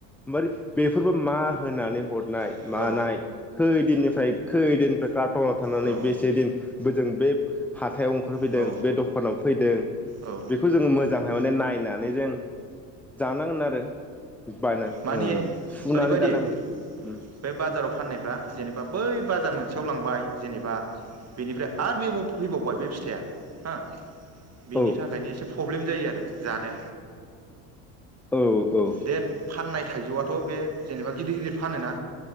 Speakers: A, in the centre; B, on the right (about 35°).
A: मोरबेफोरबो मा होनानै हद नाय
B: औ
A: मानाय खैदिननिफ्राय खैदिन काटना थानानै
B: औ
A: बेसे दिन जों बे हाथायाव ओंखारफैदों
B: औ
A: बे दखानाव फैदों
B: औ
A: बेखौ जोङो मोजांहाय माने नाय फैनानै जों जानांगोन आरो बायना
B: माने
A: ओम सुनानै
B: ओरैबायदि
A: जानांगोन ओम
B: बे बाजाराव फाननायफ्रा जेनेबा बै बाजार मोनसेयाव लांबाय जेनेबा बेनिफ्राय आरो बे फैबावबाय बे फिथाइया हो बिनि
A: औ
B: थाखायनो एसे प्रब्लेम जायो आरो जानो
A: औ औ
B: बे फाननाय थाइजौआथ' बे जेनेबा गिदिर गिदिर फानोना